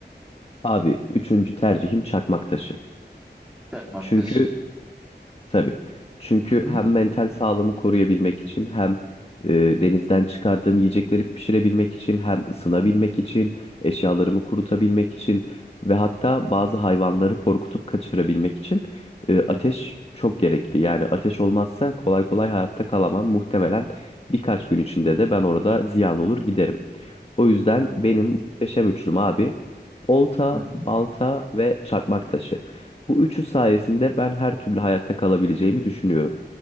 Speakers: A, on the left; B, in the centre.
A: Abi üçüncü tercihim çakmak taşı.
B: Takmak
A: Çünkü
B: taşı.
A: Tabii. Çünkü
B: Hı hı.
A: hem mental sağlığımı koruyabilmek için hem e, denizden çıkardığım yiyecekleri pişirebilmek için hem ısınabilmek için eşyalarımı kurutabilmek için ve hatta bazı hayvanları korkutup kaçırabilmek için e, ateş çok gerekli. Yani ateş olmazsa kolay kolay hayatta kalamam. Muhtemelen birkaç gün içinde de ben orada ziyan olur giderim. O yüzden
B: Evet.
A: benim muhteşem üçlüm abi olta,
B: Hı hı.
A: balta ve çakmak taşı. Bu üçü sayesinde ben her türlü hayatta kalabileceğimi düşünüyorum.